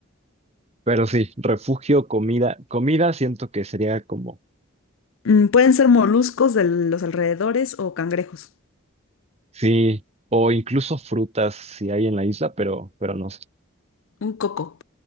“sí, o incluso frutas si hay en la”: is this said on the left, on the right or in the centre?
Right